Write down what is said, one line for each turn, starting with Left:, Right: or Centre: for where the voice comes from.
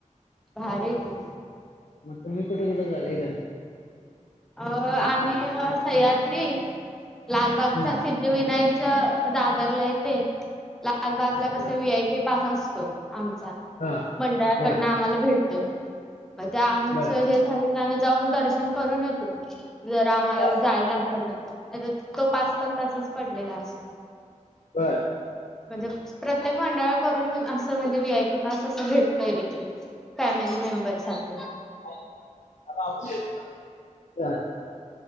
Centre: भारी आहे की.
Left: मग तुम्ही कुठ, कुठं जाताय ना.
Centre: अं.. आम्ही सह्याद्री लालबागचा
Left: हम्म
Centre: सि विनायकच दादरला येते. लालबागला कस
Left: बर
Centre: व्ही आय पी पास असतो आमचा,
Left: हा
Centre: मंडळाकडनं
Left: बर
Centre: आम्हाला भेटतो. मग ते आमचं
Left: बर
Centre: हे झालं की, आम्ही जाऊन दर्शन करून येतो. जर आम्हाला
Left: हा,
Centre: जायचं असेल, नाहीतर तो पास पण तसाच पडलेला असतो.
Left: बर.
Centre: म्हणजे. प्रत्येक मंडळा करून असं म्हणजे वी. आय. पी पास असं भेटतय की. फॅमिली मेंबर साठी‌.
Left: <unintelligible>